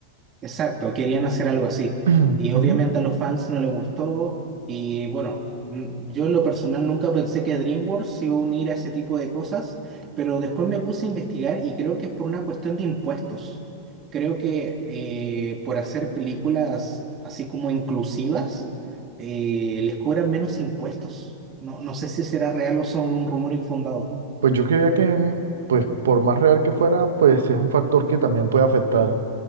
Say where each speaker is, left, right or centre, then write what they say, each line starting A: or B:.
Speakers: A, on the right; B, on the right.
A: Exacto, querían hacer algo así.
B: <clears throat>
A: Y obviamente
B: Ujú.
A: a los fans no les gustó. Y bueno, mm, yo en lo personal nunca pensé que DreamWorks se iba a unir a ese tipo de cosas, pero después me puse a investigar y creo que es por una cuestión de impuestos. Creo que eh, por hacer películas así como inclusivas, eh, les cobran menos impuestos. No, no sé si será real o solo un rumor infundado.
B: Pues yo creía que, mm, pues por más real que fuera, pues es un factor que también puede afectar